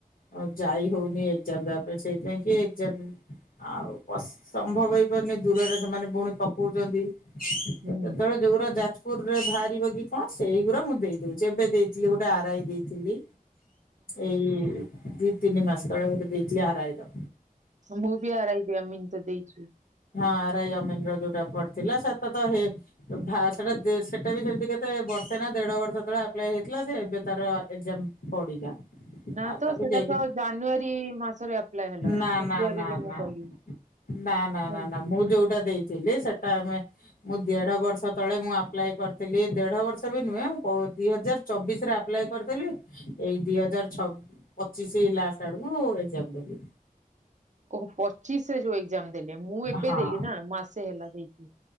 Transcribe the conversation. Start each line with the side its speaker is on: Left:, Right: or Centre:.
Left: ଆଉ ଯାଇ ହଉନି ଏକଜାମ ଦବା ପାଇଁ ସେଇଥିପାଇଁ କି ଏକ୍ଜାମ୍ ଆଉ ତ ସମ୍ଭବ ହେଇପାରୁନି ଦୂରରେ ସେମାନେ ବୁଣୀ ପକଉଚନ୍ତି। ଯେତବେଳେ
Right: ହୁଁ
Left: ଯୋଉଗୁରା ଯାଚ୍ ରେ ବାହାରିବ କି କଣ ସେଇଗୁରା ମୁଁ ଦେଇ ଦଉଚି। ଏବେ ଦେଇଥିଲି ଗୋଟେ ଆର ଆଇ ଦେଇଥିଲି। ଏଇ ଦି ତିନି ମାସ ତଳେ ଗୋଟେ ଦେଇଚି ଆର ଆଇ ର।
Right: ମୁଁ ବି ଆର ଆଇ ଦେ ଅମିନ ତେ ଦେଇଛି।
Left: ହଁ ଆର ଆଇ ଅମିନ ର ଯୋଉଟା ପଡିଥିଲା ସେଟା ତ ଆଉ ହେ ଭାର୍ ସେଟା ସେଟା ବି ସେମିତି କେତେ ବର୍ଷେ ନା ଦେଢ ବର୍ଷ ତଳେ ଆପ୍ଲାଏ ହେଇଥିଲା ସେ ଏବେ ତାର ଏଜାମ ପଡିଲା।
Right: ନା
Left: ଆଉ
Right: ତ
Left: ତାକୁ
Right: ସେଟା
Left: ଯାଇକି
Right: ତ ଜାନୁଆରୀ ମାସରେ ଆପ୍ଲାଏ ହେଲା
Left: ନା
Right: ଫେବୃଆରୀରେ
Left: ନା ନା
Right: ମୁଁ
Left: ନା।
Right: କଲି।
Left: ନା ନା
Right: ହୁଁ।
Left: ନା ନା ମୁଁ ଯୋଉଟା ଦେଇଥିଲି ସେଟା ଆମେ ମୁଁ ଦେଢ ବର୍ଷ ତଳେ ମୁଁ ପ୍ କରିଥିଲି ଦେଢ ବର୍ଷ ବି ନୁହେଁ ଦି ହଜାର ଚବିଶ ରେ ଆପ୍ଲା କରିଥିଲି। ଏଇ ଦି ହଜାରଛ ପଚିଶ ଲାଷ୍ଟ ଆଡକୁ ଏଜାମ ଦେଲି।
Right: ଓହୋ ପଚିଶରେ ଯୋଉ ଏକ୍ଜାମ ଦେଲେ ମୁଁ ଏବେ
Left: ହଁ
Right: ଦେଲି ନା ମାସେ ହେଲା ଦେଇଛିି।